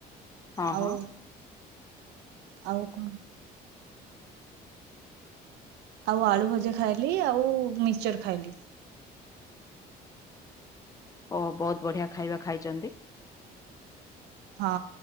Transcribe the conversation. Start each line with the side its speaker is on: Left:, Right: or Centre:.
Left: ହଁ
Right: ଆଉ
Left: ହଁ
Right: ଆଉ କଣ ଆଉ ଆଳୁଭଜା ଖାଇଲି ଆଉ ମିକ୍ସଚର ଖାଇଲି।
Left: ଓ ବୋହୁତ ବଢିଆ ଖାଇବା ଖାଇଚନ୍ତି।
Right: ହଁ